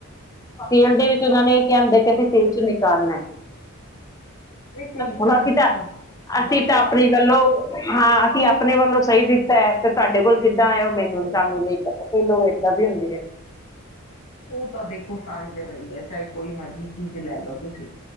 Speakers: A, on the left; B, on the left.
A: ਤੇੇਲ ਦੇ ਵਿੱਚ ਉਹਨਾਂ ਨੇ ਇਹ ਕਿਹਾ ਹੁੰਦਾ ਕਿ ਅਸੀਂ ਤੇਲ ਉਹ ਚੋ ਨਿਕਾਲ ਨੈ
B: ਨਹੀਂ ਕਈ
A: ਹੁਣ
B: ਜਗ੍ਹਾ
A: ਅਸੀਂ ਤਾਂ
B: ਹੋ
A: ਅਸੀਂ
B: ਬਾਕੀ
A: ਤਾਂ ਆਪਣੇ
B: ਆਪ
A: ਵੱਲੋਂ ਹਾਂ ਅਸੀਂ ਆਪਣੇ ਵੱਲੋਂ ਸਹੀ ਦਿੱ ਤੇ ਸਾਡੇ ਕੋਲ ਕਿੱਦਾਂ ਆਇਓ ਮੈਨੂੰ ਸਾਨੂੰ ਨਹੀਂ ਪਤਾ ਕਈ ਲੋਕ ਏਦਾਂ ਵੀ ਹੁੰਦੇ ਐ।
B: ਉਹ ਤਾਂ ਦੇਖੋ ਸਾਰੇ ਜ਼ਿਆਦਾ ਹੀ ਹੈ ਚਾਹੇ ਕੋਈ ਮਰਜ਼ੀ ਚੀਜ਼ ਲੈ ਲਓ ਤੁਸੀਂ